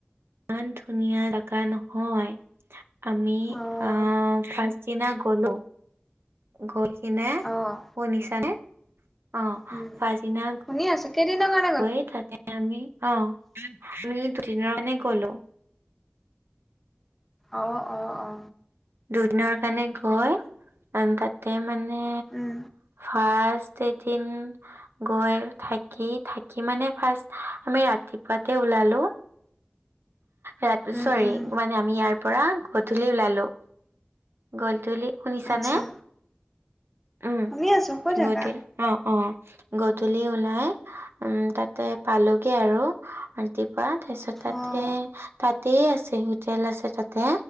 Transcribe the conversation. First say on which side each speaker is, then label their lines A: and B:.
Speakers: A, on the right; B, in the centre.
A: ইমান ধুনীয়া জাগা নহয়। আমি
B: অ',
A: আহ ফাষ্ট দিনা গলো গৈ কিনে
B: অ',
A: শুনিছানে। অ
B: উম
A: পাছদিনা
B: শুনি আছো কেইদিন আত
A: গৈ থাকে আমি অ দুইদিনৰ কাৰণে গলো
B: অ অ অ
A: দুদিনৰ কাৰণে গৈ তাতে মানে
B: উম
A: ফাষ্ট এদিন গৈ থাকি থাকি মানে ফাৰ্ষ্ট আমি ৰাতিপুৱাতে ওলালো। ৰাত
B: উম,
A: চৰি
B: উম,
A: মানে আমি ইয়াৰ পৰা গধূলি ওলালো গধূলি শুনিছানে
B: আচ্ছা।
A: উম
B: শুনি আছোঁ কৈ থাকা
A: গধূলি অ অ গধূলি ওলাই উম তাতে পালোগে আৰু পৰাত তাৰপিছতে
B: অঁ
A: তাতে আছে হোটেল আছে তাতে